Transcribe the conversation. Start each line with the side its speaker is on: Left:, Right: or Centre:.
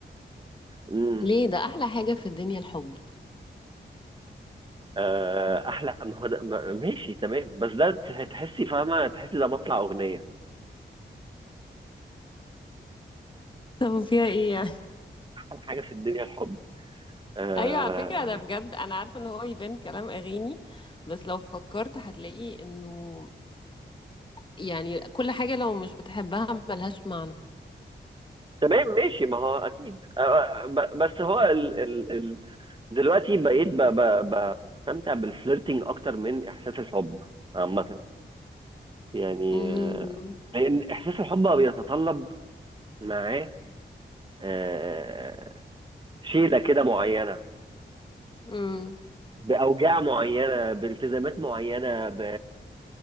Right: امم
Left: ليه ده احلى حاجة في الدنيا الحب
Right: آه، احلى ما هو ده ما- ماشي تمام بس ده تح- تحسي فاهمه تحسي ده مطلع اغنيه
Left: طب فيها ايه يعني
Right: احلى حاجه في الدنيا الحب آه
Left: <laughs> ايوه على فكره ده بجد انا عارفه ان هو يبان كلام اغاني بس لو فكرت هتلاقي انه يعني كل حاجة لو مش بتحبها ملهاش معنى
Right: تمام ماشي ما هو اكيد آه ب- بس هو ال ال ال دلوقتي بقيت ب- ب- ب- بستمتع بالفليرتنج اكتر من احساس الحب عامه يعني
Left: مم.
Right: آه، لان احساس الحب بقى بيتطلب معاه آه شيله كده معينه
Left: مم.
Right: باوجاع معينه بالتزامات معينه ب